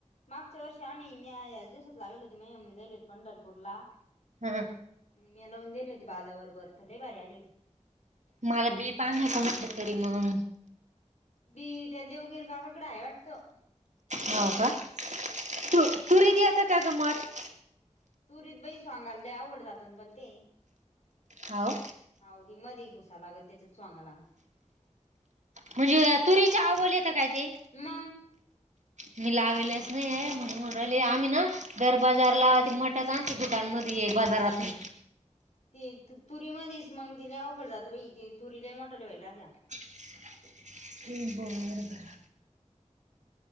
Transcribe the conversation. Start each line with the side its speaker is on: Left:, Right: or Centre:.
Left: मागच्या वर्षी आम्ही म दिवसात लावल होती ममी जाली होती पंढरपूरला
Right: हा
Left: मग म्या लावून दिली होती बादा बरोबर तर ल बारी आली होती
Right: मला बी पा नाही कोणकडेतरी म
Left: बी त्या देवगेर काकाकडं आहे वाटतं
Right: हो का
Left: हम्म
Right: तू तूरीती आता काय गमत
Left: तुरीत बईस वांगालले आवघड जातन पण ते
Right: हाव
Left: आह ते मध्ये उुसालागत त्याच्यात चोांगाला
Right: म्हणजे तुरीच्या आवल येत काय ते?
Left: मग
Right: मी लावलेच नाही म्हणून म्हणू राहिले, आम्ही ना दर बाजार ला ते मट आमच्या दुकानमध्ये ये बाजारातून
Left: ते तुरी मधिच मग तिला अवघड जात बई तुरी ल ई मोठल्या होईल राहत्या.
Right: हो बर बर